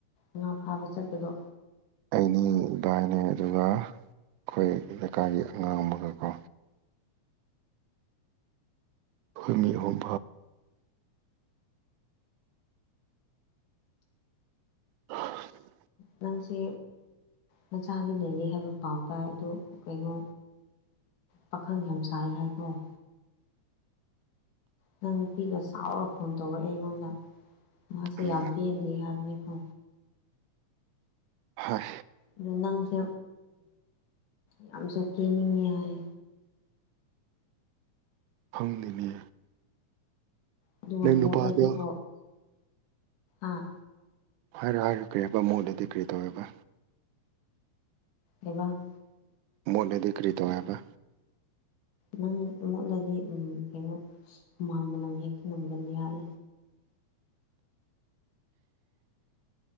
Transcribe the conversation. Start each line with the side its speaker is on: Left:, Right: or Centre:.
Left: ꯉꯥ ꯐꯥꯕ ꯆꯠꯄꯗꯣ
Right: ꯑꯩꯅꯤ ꯏꯕꯥꯅꯦ ꯑꯗꯨꯒ ꯑꯩꯈꯣꯏ ꯂꯩꯀꯥꯏꯒꯤ ꯑꯉꯥꯡ ꯑꯃꯒꯀꯣ ꯑꯩꯈꯣꯢ ꯃꯤ ꯑꯍꯨꯝ ꯎ <inaudible>
Left: ꯅꯪꯁꯦ ꯅꯆꯥꯗꯤ ꯂꯩꯔꯦ ꯍꯥꯏꯕ ꯄꯥꯎ ꯇꯥꯏ ꯑꯗꯨꯗꯣ ꯀꯩꯅꯣ ꯄꯥꯈꯪ ꯌꯥꯝꯁꯥꯏ ꯍꯥꯏꯗꯣ ꯅꯪ ꯅꯨꯄꯤꯅ ꯆꯥꯎꯔ ꯐꯣꯟ ꯇꯧꯔꯛꯑꯦ ꯑꯩꯉꯣꯟꯗ ꯃꯥꯁꯦ
Right: ꯎꯝ
Left: ꯌꯥꯝ ꯄꯦꯟꯗꯦ ꯍꯥꯏꯕꯅꯤꯀꯣ
Right: ꯍꯣꯏ
Left: ꯑꯗꯣ ꯅꯪꯁꯦ ꯌꯥꯝꯁꯨ ꯀꯦꯅꯤꯡꯉꯦ ꯍꯥꯏ
Right: ꯈꯪꯗꯦꯅꯦ
Left: ꯑꯗꯨꯒ
Right: ꯅꯪ
Left: ꯃꯣꯠꯂꯗꯤꯀꯣ
Right: ꯅꯨꯄꯥꯗꯣ
Left: ꯑꯥ
Right: ꯍꯥꯏꯔꯣ ꯍꯥꯏꯔꯣ ꯀꯔꯤ ꯍꯥꯏꯕ ꯃꯣꯏꯗꯗꯤ ꯀꯔꯤ ꯇꯧꯋꯦꯕ
Left: ꯑꯦꯕ <inaudible>
Right: ꯃꯣꯠꯅꯗꯤ ꯀꯔꯤ ꯇꯧ ꯍꯥꯏꯕ
Left: ꯅꯪ ꯃꯣꯠꯂꯗꯤ ꯀꯩꯅꯣ ꯍꯨꯃꯥꯡ ꯃꯅꯝ ꯍꯦꯛꯇ ꯉꯝꯒꯟ ꯌꯥꯏ